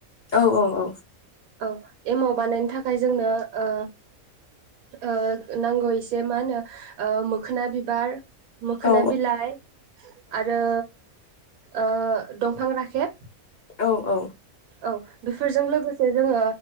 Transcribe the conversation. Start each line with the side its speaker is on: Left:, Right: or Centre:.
Left: औ औ औ
Right: औ एमाव बानायनो थाखाय जोंनो ओ ओ नांगौ एसे मा होनो ओ मोखना बिबार मोखना
Left: औ
Right: बिलाइ आरो ओ दंफां राखेब
Left: औ औ।
Right: औ बेफोरजों लोगोसे जोङो